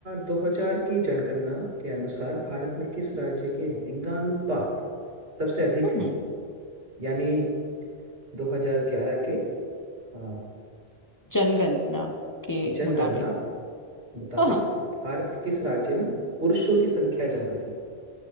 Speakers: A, on the right; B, on the left.
A: 2000 की जनगणना के अनुसार भारत में किस राज्य के लिंगानुपात सबसे अधिक
B: हम्म
A: है यानी 2011 के आ,
B: जनगणना के
A: जनगणना
B: मुताबिक
A: मुताबिक
B: हाँ हाँ।
A: भारत के किस राज्य में पुरुषों की संख्या ज्यादा थी